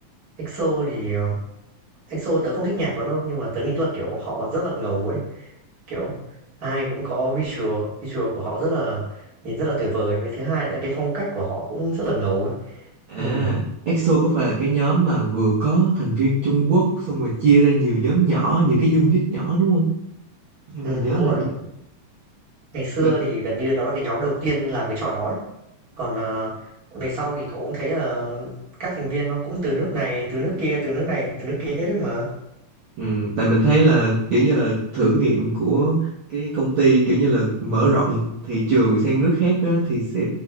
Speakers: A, on the right (about 35°); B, on the right (about 65°).
A: EXO thì ờ, EXO tớ không thích nhạc lắm đâu nhưng mà tớ nghĩ là kiểu họ rất là ngầu ấy kiểu ai cũng có visual visual của họ rất là nhìn rất là tuyệt vời với thứ hai là cái phong cách của họ cũng rất là ngầu ấy
B: à
A: ừ.
B: EXO có phải là cái nhóm mà vừa có thành viên Trung Quốc xong rồi chia ra nhiều nhóm nhỏ nhiều cái unit nhỏ đúng không theo
A: ừ
B: mình nhớ
A: đúng
B: là
A: rồi
B: như-
A: ngày xưa
B: mình
A: thì gần như đó là cái nhóm đầu tiên làm cái trò đó ấy. Còn, ờ, về sau thì cậu cũng thấy là các thành viên nó cũng từ nước này, từ nước kia, từ nước này, từ nước kia hết ấy mà.
B: Ừ, tại mình thấy là kiểu như là thử nghiệm của cái công ty kiểu như là mở rộng thị trường sang nước khác á, thì sẽ